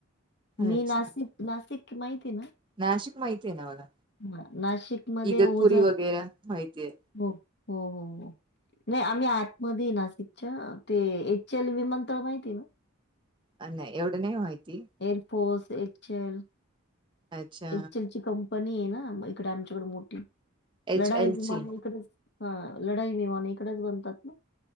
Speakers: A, on the left (about 50°); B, on the right (about 20°).
A: मी
B: अच्छा
A: नाशिक नाशिक माहिती आहे ना
B: नाशिक माहिती आहे ना मला
A: ह नाशिक मध्ये
B: इगतपुरी
A: ओझर
B: वगैरे वगैरा माहितीय
A: हो हो हो हो नाही आम्ही आतमध्ये नाशिकच्या ते एच एल विमानतळ माहिती आहे ना
B: अ नाही एवढं नाही माहिती
A: एअरफोर्स एचे एल.
B: अच्छा
A: एच एल ची कंपनी आहे ना इकडे आमच्याकडे मोठी
B: एच
A: लढाई
B: एल
A: विमान
B: ची
A: इकडेच हा लढाई विमान इकडेच बनतात ना.